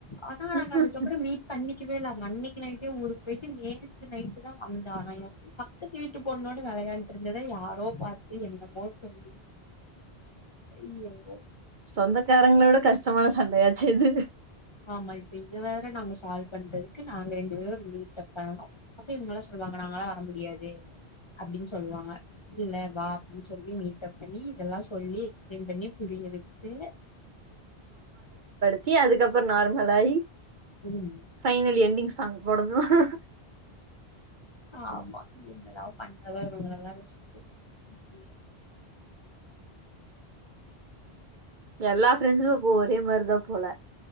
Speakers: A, on the left; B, on the right.
A: அதா
B: ஹஹேஹ.
A: நாங்க அதுக்கப்புறோ மீட் பண்ணிக்கவே இல்ல அவ அன்னைக்கு நைட்டே ஊருக்கு போயிட்டு நேத்து நைட்டுதா வந்தா. என் பக்கத்து வீட்டு பொண்ணோட வெளையாண்டுரு. இருந்தத யாரோ பாத்து என்னமோ சொல்லி ஐயோ.
B: சொந்தக்காரங்களோட கஷ்டமான சண்டையா. ஆச்சே இது.
A: ஆமா இப்ப இத வேற நாங்க சால்வ் பண்றதுக்கு நாங்க ரெண்டு பேரும் ஒரு மீட்ப் பண்ணோ. அப்ப இவங்களா சொல்லுவாங்க நாங்களாம் வர முடியாது அப்படின்னு சொல்லுவாங்க இல்ல வா அப்படின்னு சொல்லி மீட்டப் பண்ணி இதெல்லா சொல்லி எக்ஸ்பிளைன் பண்ணி புரிய வச்சு.
B: ச்சி அதுக்கப்புறோ நார்மல். லை
A: ம்
B: ஃபைனலி எண்டிங் சாங். போடனு ஹஹேஹ.
A: ஆமா. என்னதா பண்றதோ இவங்களயெல்லா வச்சுட்டு இப்படியே இருக்கு.
B: எல்லா ஃப்ரெண்ட்ஸும் அப்போ ஒரே மாரிதா போல.